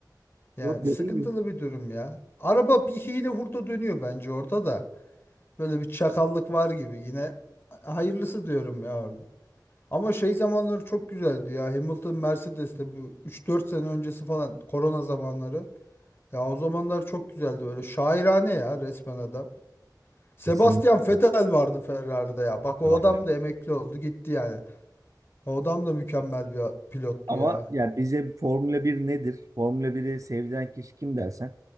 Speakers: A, on the left; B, on the right.
A: Yani
B: Yok ya
A: sıkıntılı
B: iyi mi?
A: bir durum ya. Araba bir hile hurda dönüyor bence orada da. Böyle bir çakallık var gibi yine. Hayırlısı diyorum ya orada. Ama şey zamanları çok güzeldi ya. Hamilton Mercedes'te bu üç dört sene öncesi falan korona zamanları. Ya o zamanlar çok güzeldi böyle şairane ya resmen adam. Sebastian
B: Kesinlikle.
A: Vettel vardı Ferrari'de ya. Bak o
B: Abi.
A: adam da emekli oldu gitti yani. O adam da mükemmel bir pilottu
B: Ama
A: ya.
B: yani bize Formula bir nedir? Formula biri sevdiren kişi kim dersen